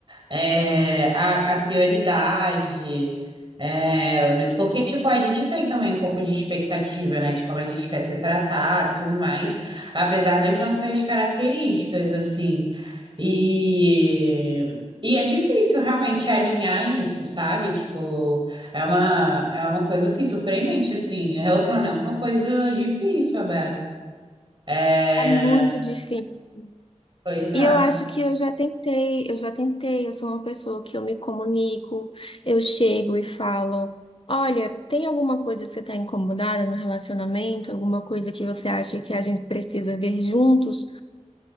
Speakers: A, on the right; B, on the left.
A: é, a, a prioridade. é, né, porque, tipo, a gente tem também um pouco de expectativa, né? De como a gente quer ser tratado e tudo mais, apesar das nossas características, assim. E. E é difícil realmente alinhar isso, sabe? Tipo, é uma, é uma coisa assim, surpreendente, assim. Relacionamento é uma coisa difícil, Abessa. É,
B: É muito difícil.
A: pois é.
B: E eu acho que eu já tentei, eu já tentei. Eu sou uma pessoa que eu me comunico, eu chego e falo: Olha, tem alguma coisa que você está incomodada no relacionamento? Alguma coisa que você acha que a gente precisa ver juntos?